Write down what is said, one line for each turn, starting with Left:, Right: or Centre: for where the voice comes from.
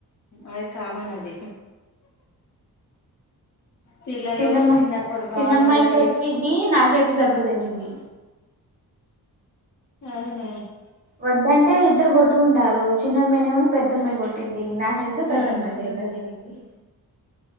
Left: అది కామన్ అది పిల్లలు
Right: చిన్నమ్మాయి
Left: చిన్నప్పుడు
Right: చిన్నమ్మాయి
Left: బాగా అలరి
Right: కొట్టిద్ది
Left: చేసేవాళ్ళు
Right: నా చేత దెబ్బలు తినిద్ది
Left: అవున
Right: వద్దంటే ఇద్దరు కొట్టుకుంటారు చిన్నమ్మాయినేమోని పెద్ద అమ్మాయి కొట్టి ది నా చేతులో
Left: ఆ
Right: పెద్ద
Left: ఆ!
Right: అమ్మాయి దెబ్బల తినిద్ది